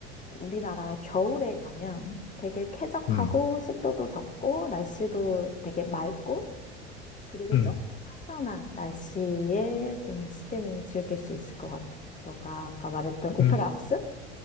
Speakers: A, on the left; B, on the left.
A: 우리나라 겨울에 가면 되게 쾌적하고
B: 음,
A: 습도도 적고 날씨도 되게 맑고 그리고
B: 음,
A: 좀 선선한 날씨에 좀 스테미를 즐길 수 있을 것 같아. 너가 아까 말했던 오페라
B: 음,
A: 하우스?